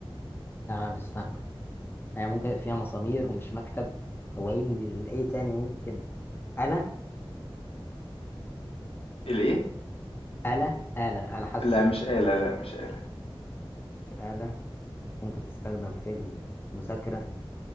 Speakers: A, on the left (about 25°); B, on the left (about 80°).
A: تمام استنى هي ممكن فيها مسامير ومش مكتب هو ايه اللي ايه تاني ممكن آلة
B: الايه؟
A: آلة آلة آلة حاسبة
B: لا
A: يعني
B: مش آلة لا مش آلة
A: مش آلة ممكن تستخدم في المذاكرة